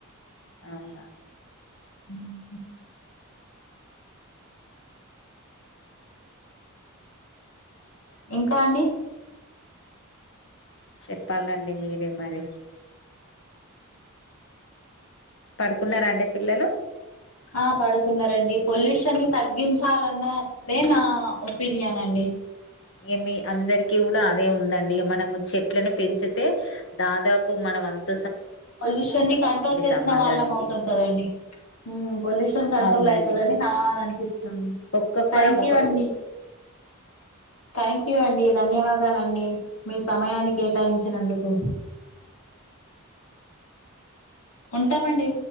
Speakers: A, on the left; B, on the left.
A: అవునా
B: హు హు ఇంకా అండి
A: చెప్పాలండి మీరె కే మరి పడుకున్నారా అండి పిల్లలు
B: ఆ పడుకున్నారండి. పొల్యూషన్ని తగ్గించాలన్నదే నా ఒపీనియన్ అండి.
A: ఏమి అందరికీ కూడా అదే ఉందండి మనము చెట్లను పెంచితే దాదాపు మనం అంత
B: పొల్యూషన్ ని కంట్రోల్ చేసిన
A: సమాజానికి
B: వాళ్ళం అవుతాం కదా అండి. ఉమ్ పొల్యూషన్ కంట్రోల్
A: అవునండి
B: అయితది అని నా అనిపిస్తుంది.
A: ఒక్కొక్కరం
B: థ్యాంక్
A: ఒక్కొ
B: యూ అండి. థ్యాంక్ యూ అండి ధన్యవాదాలండి మీ సమయాన్ని కేటాయించినందుకు ఉంటామండి